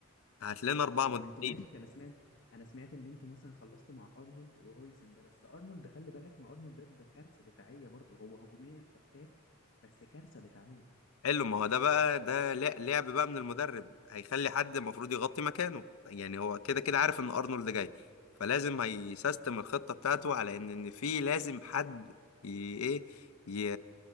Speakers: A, on the left; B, on the left.
A: هات لنا اربعه
B: طب
A: مدافعين
B: ما انتوا ماشي انا سمعت انا سمعت ان انتوا مثلا خلصتوا مع ارنولد وهويسن ده بس ارنولد خلي بالك ما ارنولد ده ده كارثه دفاعيه برضه هو هجوميا فتاك بس كارثه دفاعيه
A: حلو ما هو ده بقى ده لع- لعب بقى من المدرب هيخلي حد المفروض يغطي مكانه يعني هو كده كده عارف ان ارنولد جاي فلازم هيسيستم الخطه بتاعته على ان ان في لازم حد ي... ايه ي...